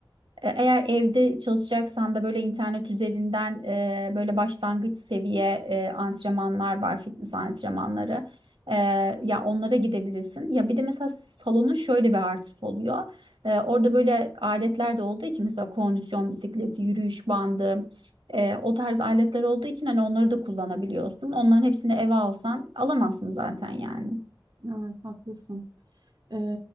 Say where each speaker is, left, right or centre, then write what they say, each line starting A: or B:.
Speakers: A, on the right; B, on the right.
A: E, Eğer evde çalışacaksan da böyle internet üzerinden e, böyle başlangıç seviye e, antrenmanlar var, fitness antrenmanları. E, ya onlara gidebilirsin. Ya bir de mesela salonun şöyle bir artısı oluyor. E, orada böyle aletler de olduğu için mesela kondisyon bisikleti, yürüyüş bandı, e, o tarz aletler olduğu için hani onları da kullanabiliyorsun. Onların hepsini eve alsan alamazsın zaten yani.
B: Evet, haklısın. Ee,